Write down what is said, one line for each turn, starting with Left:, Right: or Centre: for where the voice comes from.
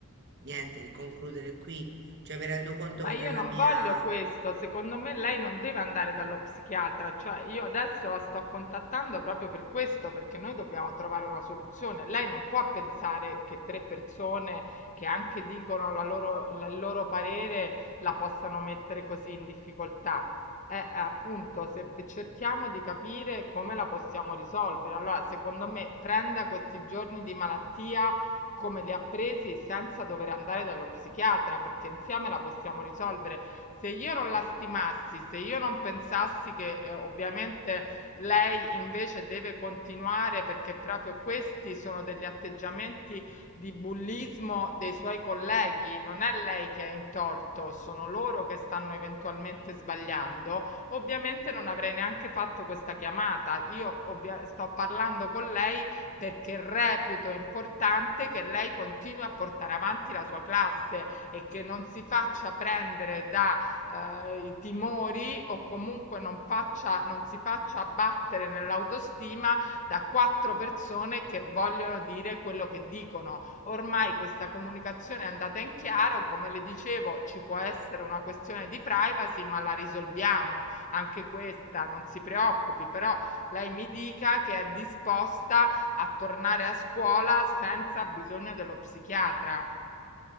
Right: niente, di concludere qui. Cioè, mi rendo conto
Left: Ma io
Right: della
Left: non
Right: mia
Left: voglio questo, secondo me lei non deve andare dallo psichiatra, cioè io adesso la sto contattando proprio per questo, perché noi dobbiamo trovare una soluzione. Lei non può pensare che tre persone che anche dicono la loro- la- il loro parere la possano mettere così in difficoltà. Eh, eh, appunto, se v- cerchiamo di capire come la possiamo risolvere, allora secondo me prenda questi giorni di malattia come li ha presi senza dover andare dallo psichiatra, perché insieme la possiamo risolvere. Se io non la stimassi, se io non pensassi che eh, ovviamente lei invece deve continuare perché proprio questi sono degli atteggiamenti di bullismo dei suoi colleghi, non è lei che è in torto, sono loro che stanno eventualmente sbagliando, ovviamente non avrei neanche fatto questa chiamata. Io ovvia- sto parlando con lei perché reputo importante che lei continui a portare avanti la sua classe e che non si faccia prendere da eh, i timori o comunque non faccia, non si faccia abbattere nell'autostima da quattro persone che vogliono dire quello che dicono. Ormai questa comunicazione è andata in chiaro, come le dicevo, ci può essere una questione di privacy, ma la risolviamo anche questa, non si preoccupi, però lei mi dica che è disposta a tornare a scuola senza bisogno dello psichiatra.